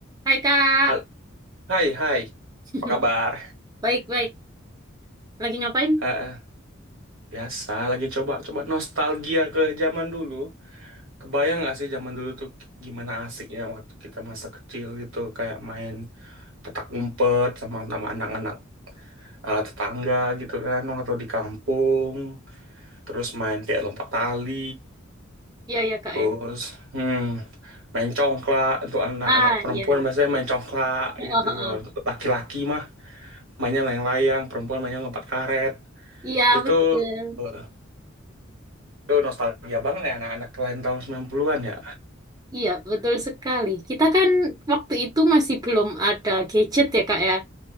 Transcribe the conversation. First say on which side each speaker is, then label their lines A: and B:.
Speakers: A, on the right; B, on the right.
A: Hai Kak,
B: Hal- Hai, hai,
A: <laughs>
B: apa kabar?
A: baik-baik. Lagi ngapain?
B: Eh, eh, biasa lagi coba coba nostalgia ke zaman dulu. Kebayang nggak sih zaman dulu tuh gimana asiknya waktu kita masa kecil gitu kayak main petak umpet sama sama anak-anak eh, tetangga gitu kan atau di kampung, terus main kayak lompat tali,
A: Iya, iya Kak
B: terus
A: ya.
B: hmm main congklak untuk anak-anak
A: Ah,
B: perempuan
A: iya.
B: biasanya main congklak
A: Oh,
B: gitu.
A: oh, oh.
B: Kalau laki-laki mah mainnya layang-layang, perempuan mainnya lompat karet.
A: Iya,
B: Itu
A: betul.
B: eh, itu nostalgia banget ya anak-anak lain tahun 90-an ya.
A: Iya, betul sekali. Kita kan waktu itu masih belum ada gadget ya Kak ya.